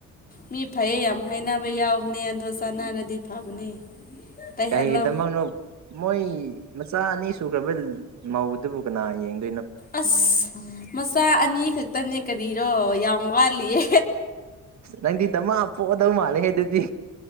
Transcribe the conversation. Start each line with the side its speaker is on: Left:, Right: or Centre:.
Left: ꯃꯤ ꯐꯩꯌꯦ ꯌꯥꯝ ꯍꯥꯏꯅꯕ ꯑꯩꯈꯣꯏ ꯌꯥꯎꯕꯅꯦ ꯑꯗꯣ ꯆꯥꯅꯥꯒꯗꯤ ꯐꯕꯅꯦ ꯇꯩꯍꯜꯂꯣ
Right: ꯀꯔꯤꯒꯤꯗꯃꯛꯅꯣ ꯃꯣꯏ ꯃꯆꯥ ꯑꯅꯤ ꯁꯨꯈ꯭ꯔꯕ ꯃꯧꯗꯨꯕꯨ ꯀꯅꯥ ꯌꯦꯡꯒ
Left: ꯑꯁ ꯃꯆꯥ ꯑꯅꯤ ꯈꯛꯇꯅꯦ ꯀꯔꯤꯔꯣ ꯌꯥꯝ ꯋꯥꯠꯂꯤꯌꯦ
Right: ꯑꯁ ꯅꯪꯗꯤ ꯗꯃ ꯄꯣꯛꯑꯗꯧ ꯃꯥꯜꯂꯦ ꯍꯥꯏ ꯑꯗꯨꯗꯤ